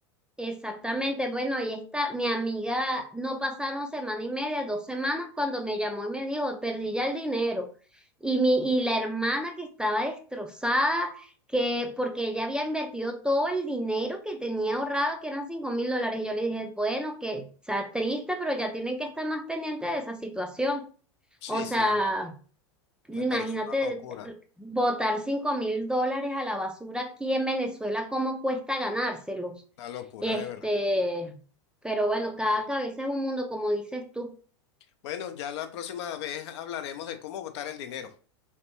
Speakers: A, in the centre; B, on the left.
A: Exactamente, bueno, y esta, mi amiga, no pasaron semana y media, dos semanas, cuando me llamó y me dijo, perdí ya el dinero. Y mi, y la hermana que estaba destrozada, que, porque ella había invertido todo el dinero que tenía ahorrado, que eran cinco mil dólares, y yo le dije, bueno, que, o sea, triste, pero ya tienen que estar más pendientes de esa situación.
B: Sí,
A: O sea,
B: sí,
A: imagínate
B: me parece una locura,
A: botar cinco mil dólares a la basura aquí en Venezuela, cómo cuesta ganárselos.
B: una locura
A: Este,
B: de verdad.
A: pero bueno, cada cabeza es un mundo, como dices tú.
B: Bueno, ya la próxima vez hablaremos de cómo botar el dinero.